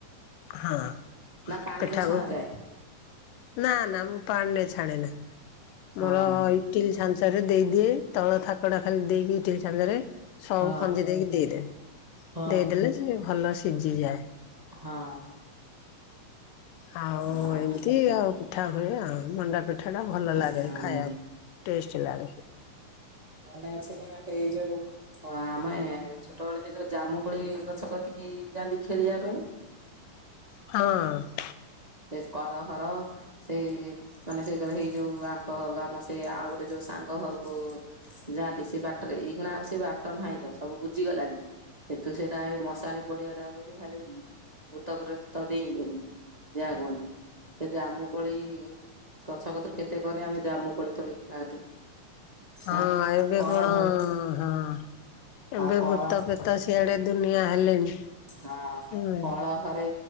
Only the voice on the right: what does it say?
ନା ପାଣିରେ
ଛଣା ଯାଏ?
ହଁ
ହଁ
ହଁ
ହଁ।
ହଁ
ଉଁ
ମାନେ ଅଛି ନା ଏଇ ଯୋଉ ହଁ ଆମେ ଛୋଟବେଳେ ସେ ଯୋଉ ଜାମୁ କୋଳି ଗଛ କତିକି ଯାଆନ୍ତି ଖେଳିବା ପାଇଁ।
ସେ କଳହର। ସେଇ ମାନେ ସେଇ ଘରେ ହେଇ ଯୋଉ ଆଙ୍କ ଘରକୁ ଆମ ସେ ଆଉ ଗୋଟେ ଯୋଉ ସାଙ୍ଗ ଘରକୁ। ଯାଆନ୍ତି ସେ ବାଟରେ ଏଇ କୁଣା ଆଉ ସେ ବାଟ ନାହିଁ ଲୋ ସବୁ ବୁଝିଗଲାଣି। ସେତୁ ସେଟା ମଶାଣି ପଡିଆ ଟା ବୋଲି ଖାଲି ଭୂତପ୍ରେତ ଦେଇଲିଣି ଯାହା କୁହନ୍ତି ସେ ଯାମୁ କୋଳି-ଇ-ଇ-ଇ ଗଛ ପତ୍ର କେତେ କହନି ଆମେ ଜାମୁ କୋଳି ତୋଳିକି ଖାଆନ୍ତି।
ଆଁ
କଳ
ଘରେ
ଆଉ କଳ
ହଁ
କଳ ଘରେ